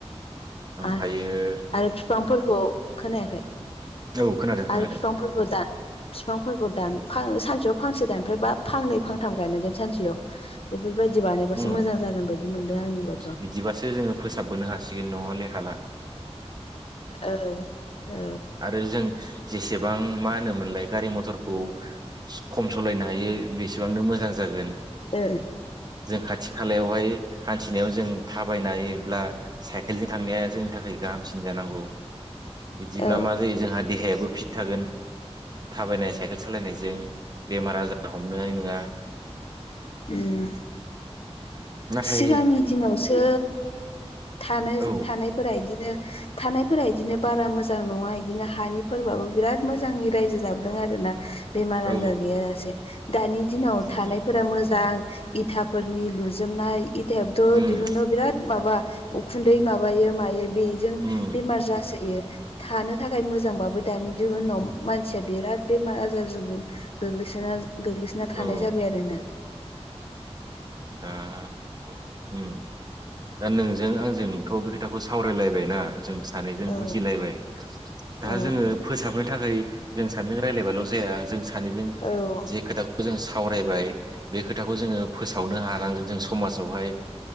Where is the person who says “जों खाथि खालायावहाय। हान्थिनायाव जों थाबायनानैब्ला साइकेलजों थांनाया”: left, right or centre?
Right